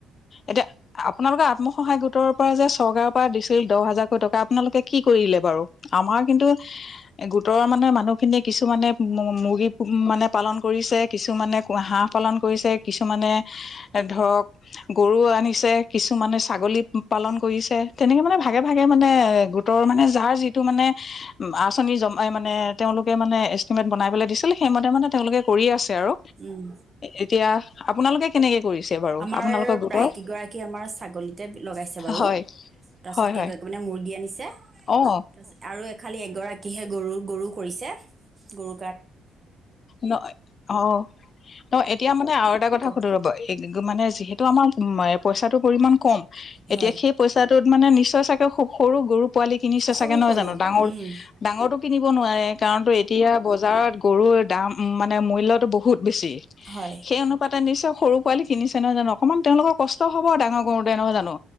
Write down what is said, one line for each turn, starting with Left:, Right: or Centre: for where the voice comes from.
Left: এতিয়া আপোনালোকৰ আত্মসহায়ক গোটৰ পৰা যে চৰকাৰৰ পৰা দিছিল দহ হাজাৰকৈ টকা আপোনালোকে কি কৰিলে বাৰু। আমাৰ কিন্তু। গোটৰৰ মানে মানুহখিনিয়ে কিছুমানে মুৰ্গী মানে পালন কৰিছে কিছুমানে হাঁহ পালন কৰিছে। কিছুমানে ধৰক। গৰু আনিছে কিছুমানে ছাগলী পালন কৰিছে। তেনেকে মানে ভাগে ভাগে মানে গোটৰ মানে যাৰ যি। মানে আচনি জ মানে তেওঁলোকে মানে। বনাই প দিছিল সেইমতে মানে তেওঁলোকে কৰি আছে। আৰু
Right: উম
Left: এতিয়া আপোনালোকে কেনেকে কৰিছে। বাৰু
Right: আমাৰ
Left: আপোনালোকৰ গোটৰ
Right: প্ৰায় কেইগৰাকী আমাৰ ছাগলীতে লগাইছে বাৰু
Left: হয়
Right: তাৰপাছত
Left: হয়
Right: কেইগৰাকী
Left: হয়
Right: মানে মুৰ্গী আনিছে
Left: অহ।
Right: তাৰপিছত আৰু এ খালি এগৰাকীহে গৰুৰৰু। গৰু কৰিছে। গৰু।
Left: ন অঁ ন এতিয়া মানে আৰু এটা কথা
Right: কওক
Left: সুধো ৰ'ব মানে যিহেতু আমাৰ পইচাটোৰ পৰিমাণ কম। এতিয়া
Right: হয়
Left: সেই পইচা। ত মানে নিশ্চয় চাগে খুব সৰু গৰু। পোৱালি কিনিছে
Right: সৰু
Left: চাগে নহয়
Right: সৰু
Left: জানো ডাঙৰ
Right: উম
Left: ডাঙৰটো কিনিব নোৱাৰে কাৰণো। এতিয়া বজাৰত গৰু। গৰুৰ দাম মানে মূল্যটো বহুত। বেছি
Right: হয়
Left: সেই অনুপা। নিছে সৰু পোৱালি কিনিছে। তেনেক জানো অকণমান তেওঁলোকৰ কষ্ট হ'ব ডাঙৰ কৰৰুতে এনেকুৱা জানো